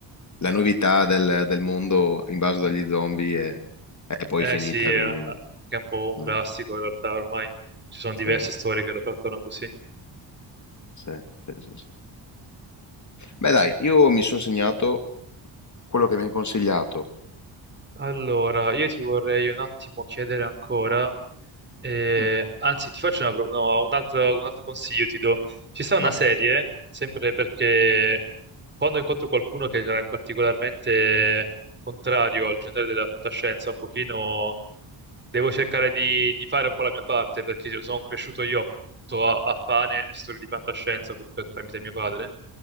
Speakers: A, on the left; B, on the right.
A: La novità del, del mondo invaso dagli zombie è, è poi
B: Eh
A: finita,
B: sì, eh,
A: quindi...
B: eh, che è un po' un classico
A: mm,
B: in realtà ormai. Ci sono diverse
A: sì,
B: storie che lo trattano così.
A: sì, sì, sì, sì. Beh dai, io mi sono segnato quello che mi hai consigliato.
B: Allora, io ti vorrei un attimo chiedere ancora Eh,
A: Mm,
B: anzi, ti faccio una pro- no, un altro, un altro consiglio, ti do. Ci sta una
A: vai.
B: serie, sempre perché quando incontro qualcuno che è particolarmente contrario al genere della fantascienza, un pochino devo cercare di, di fare un po' la mia parte, perché io sono cresciuto io tutto a, a pane e storie di fantascienza con- per- tramite mio padre.